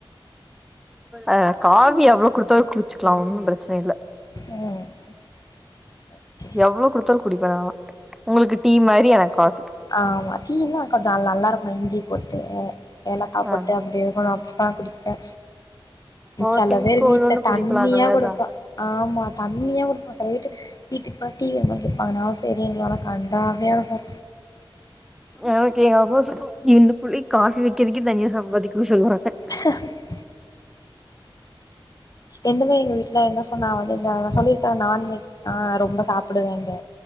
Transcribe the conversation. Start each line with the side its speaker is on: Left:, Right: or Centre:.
Centre: ஆ காஃபி எவ்ளோவு குடுத்தாலு குளிச்சுக்கலா ஒன்னு பிரச்சனயில்ல
Left: ம் ஓகே ஓகே
Centre: எவ்ளோ குடுத்தாலு குடிப்ப நாலா உங்களுக் டீ மாரி எனக் ஹாட்டுக்கு
Left: ஆமா டீனா கொஞ்சோ நல்லா இருக்கனு இஞ்சி போட்டு ஏலக்கா போட்டு
Centre: ஆ
Left: அப்டி இருக்கணு அப்பதா குடிப்ப
Centre: ஒவ்வொருத்தவங்களுக்கு
Left: செல பேர் வீட்ல
Centre: ஒன்னொன்னு புடிக்குல
Left: தண்ணியா
Centre: அந்த மாரிதா
Left: குடுப்பா ஆமா தண்ணியா குடுப்பா செல வீட்டு வீட்டுக்கு போனா டீ வேணமானு கேப்பாங்க நாஸ் தெரியுங்கலா ஆனா கண்றாவியா இருக்கு
Centre: எனக்கு எங்க அப்பா சொல்லு இந்த புள்ளைக்கு காஃபி வைக்கிறதுக்கே தனியா சம்பாதிக்கன்னு சொல்லுவாங்க
Left: <unintelligible> இந்த மேயி எங்க வீட்ல என்ன சொன்னா வந்து இந்த சொல்லிருக்கல நான்வெஜ் தா ரொம்ப சாப்புடு வேண்டு